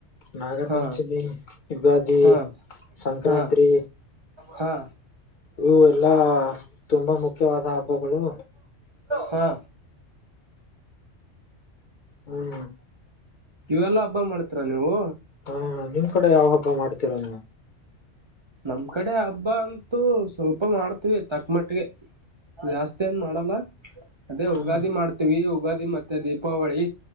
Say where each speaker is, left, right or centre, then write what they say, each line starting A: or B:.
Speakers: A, on the left (about 55°); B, on the right (about 50°).
A: ನಾಗರ
B: ಹಾ
A: ಪಂಚಮಿ ಯುಗಾದಿ
B: ಹಾ
A: ಸಂಕ್ರಾಂತಿ
B: ಹಾ ಹಾ
A: ಇವು ಎಲ್ಲಾ ತುಂಬಾ ಮುಖ್ಯವಾದ ಹಬ್ಬಗಳು
B: ಹಾ
A: ಹ್ಮ್
B: ಇವೆಲ್ಲಾ ಹಬ್ಬ ಮಾಡ್ತೀರಾ ನೀವು
A: ಹಾ ನಿಮ್ ಕಡೆ ಯಾವ ಹಬ್ಬ ಮಾಡ್ತಿೀರೋ ನೀವ
B: ನಮ್ ಕಡೆ ಹಬ್ಬ ಅಂತೂ ಸ್ವಲ್ಪ ಮಾಡ್ತವಿ ತಕ್ ಮಟ್ಟಿಗೆ ಜಾಸ್ತಿ ಏನ್ ಮಾಡಲ್ಲ ಅದೇ ಯುಗಾದಿ
A: ಹ್ಮ್
B: ಮಾಡ್ತೀವಿ ಯುಗಾದಿ ಮತ್ತೆ ದೀಪಾವಳಿ